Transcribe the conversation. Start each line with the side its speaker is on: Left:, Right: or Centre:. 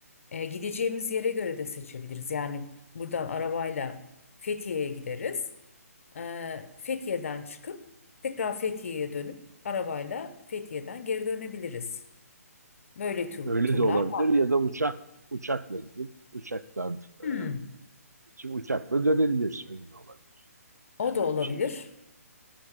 Left: E, gideceğimiz yere göre de seçebiliriz. Yani buradan arabayla Fethiye'ye gideriz. Ee, Fethiye'den çıkıp tekrar Fethiye'ye dönüp arabayla Fethiye'den geri dönebiliriz. Böyle tur,
Right: Öyle
Left: turlar.
Right: de olabilir ya da uçak uçakla gidip uçaktan e,
Left: Hmm,
Right: geçip uçakla dönebiliriz. Öyle de olabilir.
Left: o
Right: Yani
Left: da
Right: öyle
Left: olabilir.
Right: bir şey de